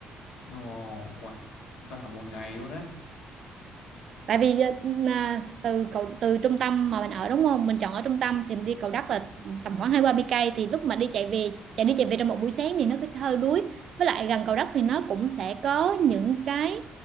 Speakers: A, on the left; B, on the right.
A: Ồ, uầy, ta là một ngày luôn á.
B: tại vì ờ, à, từ cầu từ trung tâm mà mình ở đúng không mình chọn ở trung tâm thì mình đi cầu đất là tầm khoảng hai ba mươi cây thì lúc mà đi chạy về chạy đi chạy về trong một buổi sáng thì nó cứ hơi đuối với lại gần cầu đất thì nó cũng sẽ có những cái